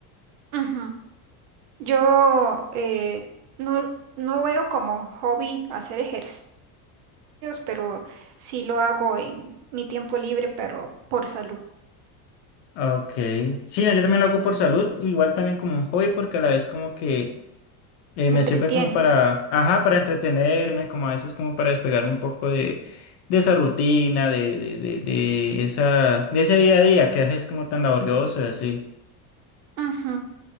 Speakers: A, on the right; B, on the left.
A: Ujú. Yo eh, no, no veo como hobby hacer ejercicios, pero sí lo hago en mi tiempo libre, pero por salud,
B: Ah, Ok, sí, no, yo también lo hago por salud, igual también como un hobby, porque a la vez como que eh,
A: te
B: me
A: entretiene.
B: sirve como para, ajá, para entretenerme, como a veces como para despegarme un poco de, de esa rutina, de, de, de, de esa, de ese día a día que es como tan laborioso y así.
A: Ujú.